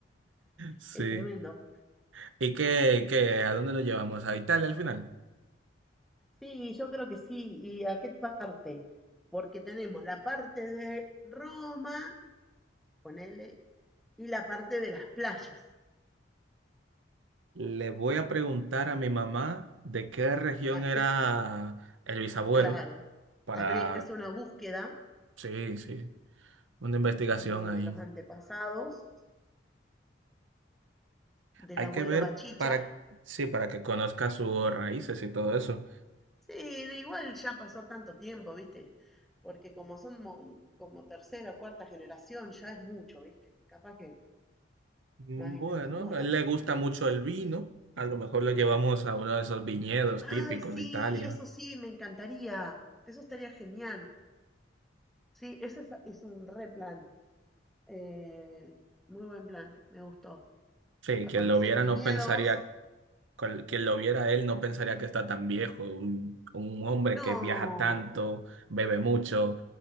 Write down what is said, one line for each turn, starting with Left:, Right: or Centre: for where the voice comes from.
Right: Sí.
Centre: es tremendo.
Right: ¿Y qué, qué? ¿A dónde lo llevamos? ¿A Italia al final?
Centre: Sí, yo creo que sí. ¿Y a qué parte? Porque tenemos la parte de Roma, ponele, y la parte de las playas.
Right: Le voy a preguntar a mi mamá de qué región
Centre: Ah,
Right: era
Centre: que-
Right: el bisabuelo
Centre: claro,
Right: para,
Centre: habría que hacer una búsqueda
Right: sí, sí, una investigación
Centre: de
Right: ahí.
Centre: los antepasados, del
Right: Hay
Centre: abuelo
Right: que ver
Centre: Bachicha.
Right: para, sí, para que conozca sus raíces y todo eso.
Centre: Sí, no, igual ya pasó tanto tiempo, ¿viste? Porque como son mo- como tercera o cuarta generación, ya es mucho, ¿viste? Capaz que
Right: Mm,
Centre: no hay
Right: Bueno,
Centre: ninguno
Right: a él
Centre: de...
Right: le gusta mucho el vino. A lo mejor lo llevamos a uno de esos viñedos
Centre: Ay,
Right: típicos
Centre: sí,
Right: de Italia.
Centre: eso sí, me encantaría. Eso estaría genial. Sí, eso es, es un re plan. Eh, muy buen plan, me gustó.
Right: Sí,
Centre: A
Right: quien
Centre: conocer
Right: lo viera
Centre: viñedos.
Right: no pensaría cual- Quien lo viera a él no pensaría que está tan viejo. Un, un hombre
Centre: No,
Right: que viaja tanto, bebe mucho,